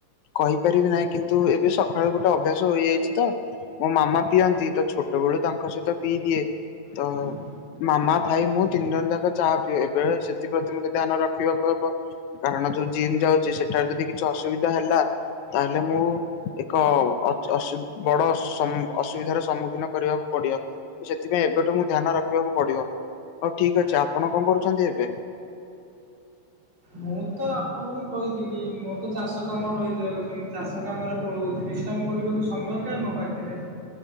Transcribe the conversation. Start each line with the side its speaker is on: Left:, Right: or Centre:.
Left: କହିପାରିବି ନାହିଁ କିନ୍ତୁ ତୁ ଏବେ ସକାଳୁ ଗୋଟେ ଅଭ୍ୟାସ ହେଇଯାଇଛି ତ ମୋ ମାମା ପିଅନ୍ତି ତ ଛୋଟବେଳୁ ତାଙ୍କ ସହିତ ପିଇ ଦିଏ। ତ
Right: ହୁଁ
Left: ମାମା ଭାଇ ମୁଁ ତିନି ଜଣ ଯାକ ଚାହା ପିଅ ଏବେ ସେଥିପ୍ରତି ମୋତେ ଧ୍ୟାନ ରଖିବାକୁ ହବ। କାରଣ ଯୋଉ ଜିମ୍ ଯାଉଚି ସେଠାରେ ଯଦି କିଛି ଅସୁବିଧା ହେଲା ତାହେଲେ ମୁଁ ଏକ ଅସୁ ବଡ଼ ସମ୍ ଅସୁବିଧାର ସମ୍ମୁଖୀନ କରିବାକୁ ପଡ଼ିବ। ତ ସେଥିପାଇଁ ଏବେଠୁ ମୁ ଧ୍ୟାନ ରଖିବାକୁ ପଡ଼ିବ ହଉ ଠିକ୍ ଅଛି ଆପଣ କଣ କରୁଚନ୍ତି ଏବେ?
Right: ମୁଁ ତ ଆପଣଙ୍କୁ କହିି ଥିଲି ମୋରତ ଚାଷ କାମ ରହିଯାଉଚି ମୁଁ ଚାଷ କାମରେ ପଳଉଚି ବିଶ୍ରାମ କରିବାକୁ ସମୟ କଁ ମୋ ପାଖରେ